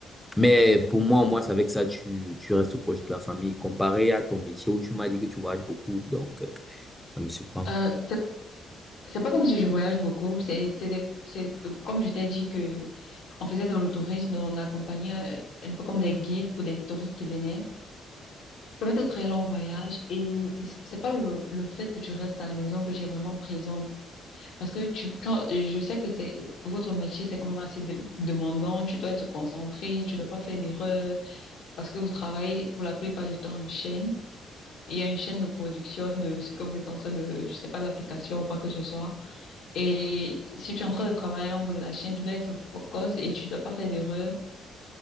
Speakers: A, in the centre; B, on the left.
A: Mais pour moi, au moins, c'est avec ça, tu, tu restes proche de la famille. Comparé à ton métier où tu m'as dit que tu voyages beaucoup. Donc, euh, ça me surprend.
B: Euh, c'est, c'est pas comme si je voyage beaucoup. C'est, c'est des- c'est comme je t'ai dit que on faisait dans le tourisme, on accompagnait euh, un peu comme des guides pour des touristes qui venaient. Ça va être très long voyage et et c- c'est pas le, le fait que tu restes à la maison que tu es vraiment présente. Parce que tu, quand, je sais que c'est, votre métier, c'est quand même assez de- demandant. Tu dois être concentré, tu dois pas faire d'erreurs parce que vous travaillez pour la plupart du temps en chaîne. Il y a une chaîne de production de ce que vous êtes en train de, je sais pas, l'application ou quoi que ce soit. Et si tu es en train de travailler en bout de la chaîne, tu dois être focus et tu dois pas faire d'erreurs.